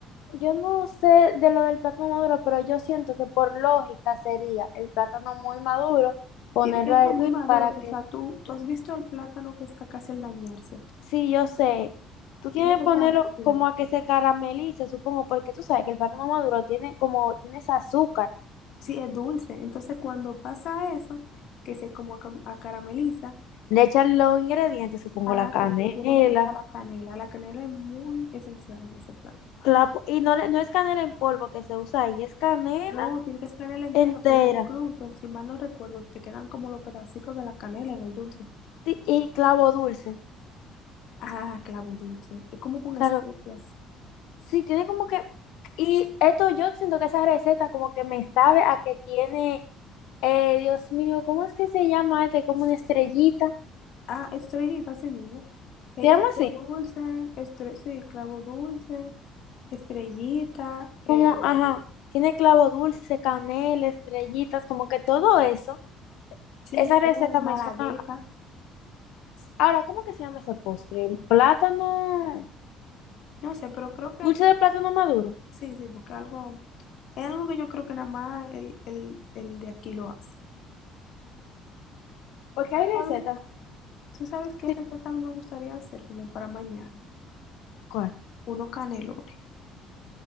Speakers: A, on the left (about 80°); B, on the left (about 55°).
A: yo no sé de lo del plátano maduro, pero yo siento que por lógica sería el plátano muy maduro, ponerlo
B: Tiene que estar
A: a hervir
B: muy maduro.
A: para
B: O
A: que
B: sea, tú, tú has visto el plátano que está casi al dañarse.
A: Sí, yo sé. Tú tienes
B: Tiene que
A: que
B: estar
A: ponerlo
B: así.
A: como a que se caramelice, supongo, porque tú sabes que el plátano maduro tiene como, tiene ese azúcar.
B: Sí, es dulce. Entonces, cuando pasa eso, que se como acam- acarameliza,
A: Le
B: que,
A: echan los ingredientes, supongo,
B: ah,
A: la canela.
B: que le tienen que echar la canela. La canela es muy esencial en ese plato.
A: clavo- y no, le- no es canela en polvo que se usa ahí, es canela
B: No, tiene que ser canela entera,
A: entera.
B: porque incluso, si mal no recuerdo, te quedan como los pedacitos de la canela en el dulce.
A: ti- Y clavo dulce.
B: Ah, clavo dulce. Es como con especias.
A: Claro, sí, tiene como que... Y esto yo siento que esa receta como que me sabe a que tiene, eh, Dios mío, ¿cómo es que se llama este? Como una estrellita.
B: Ah, estrellita, así mismo. Eh,
A: ¿Se llama
B: clavo
A: así?
B: dulce, estre- sí, clavo dulce, estrellita, eh,
A: Como, ajá, tiene clavo dulce, canela, estrellitas, como que todo eso.
B: sí,
A: Esa receta
B: tengo malagueta.
A: me suena. Ahora, ¿cómo que se llama ese postre? Plátano,
B: No sé, pero creo que
A: dulce de plátano maduro.
B: sí, sí, porque algo, es algo que yo creo que nada más el, el, el de aquí lo hace.
A: Porque hay
B: ¿Tú sabes,
A: recetas.
B: tú sabes qué
A: Sí,
B: receta a mí me gustaría hacer como para mañana?
A: ¿cuál?
B: Unos canelones.